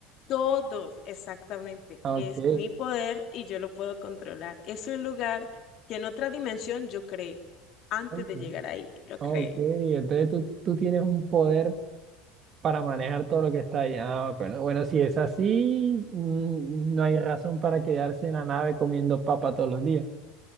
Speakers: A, on the left; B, on the right.
A: Todos, exactamente.
B: Ah,
A: Es
B: Ok,
A: mi poder y yo lo puedo controlar. Es un lugar que en otra dimensión yo creé. Antes
B: ok,
A: de llegar ahí, lo
B: ok,
A: creé.
B: entonces tú, tú tienes un poder para manejar todo lo que está ahí. Ah, bueno, bueno, si es así, mm, no hay razón para quedarse en la nave comiendo papa todos los días.